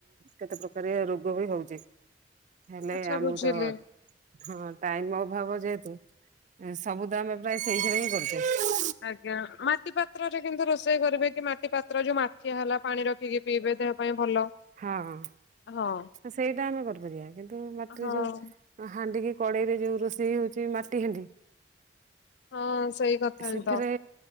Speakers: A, on the right; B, on the left.
A: କେତେ ପ୍ରକାରିଆ ରୋଗ ବି ହଉଛି। ହେଲେ
B: ଆଚ୍ଛା
A: ଆମକୁ
B: ବୁଝିଲି।
A: ତ ହଁ ଟାଇମ ଅଭାବ ଯେହେତୁ ସବୁ ଦାମପାଇଁ ସେଇଥିରେ ହିଁ କରିଦେଉଁ।
B: ଆଜ୍ଞା ମାଟି ପାତ୍ରରେ କିନ୍ତୁ ରୋଷେଇ କରିବେ କି ମାଟି ପାତ୍ର ଯୋଉ ମାଠିଆ ହେଲା ପାଣି ରଖିକି ପିଇବେ ଦେହ ପାଇଁ ଭଲ।
A: ହଁ
B: ହଁ
A: ସେଇଟା ଆମେ କରିପାରିବା କିନ୍ତୁ ମାଟିରେ
B: ହଁ।
A: ଯୋଉ ହାଣ୍ଡିିକି କଡେଇରେ ଯୋଉ ରୋଷେଇ ହଉଛି ମାଟି ହାଣ୍ଡି
B: ହଁ ସେଇ କଥା
A: ସେଥିରେ
B: ଏନ୍ଦ।